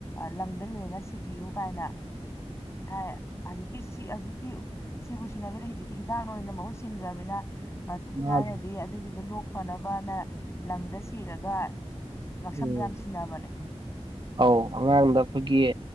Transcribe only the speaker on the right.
<inaudible>
ꯃꯥꯅꯦ
ꯎꯝ
ꯑꯧ ꯑꯉꯥꯡꯗ ꯑꯩꯈꯣꯏꯒꯤ